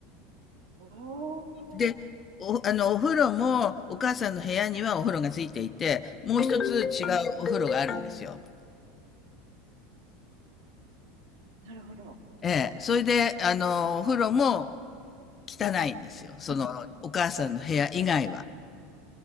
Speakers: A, on the right; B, on the left.
A: おー。
B: で、お、あの、お風呂も、お母さんの部屋にはお風呂がついていて、もう一つ違うお風呂があるんですよ。
A: はい。なるほど。
B: ええ。それで、あの、お風呂も汚いんですよ。その、
A: うん。
B: お母さんの部屋以外は。